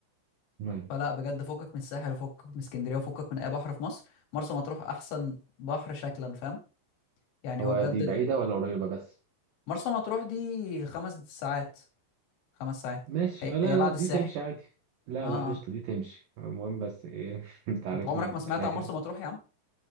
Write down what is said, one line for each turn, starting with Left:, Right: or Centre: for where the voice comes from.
Right: م.
Left: فلا بجد فكك من الساحل وفكك من اسكندرية وفكك من اي بحر في مصر مرسى مطروح احسن بحر شكلا فاهم يعني
Right: هو
Left: هو بجد
Right: دي
Left: ال...
Right: بعيدة ولا قريبة بس
Left: مرسى مطروح دي خمس ساعات خمس ساعات
Right: ماشي
Left: هي,
Right: لا
Left: هي
Right: لا
Left: بعد
Right: دي
Left: الساحل
Right: تمشي عادي لا
Left: اه اه
Right: لا قشطة دي تمشي المهم بس ايه <laughs> انت عارفني
Left: انت عمرك ما
Right: في
Left: سمعت
Right: الأماكن
Left: عن مرسى مطروح يا عم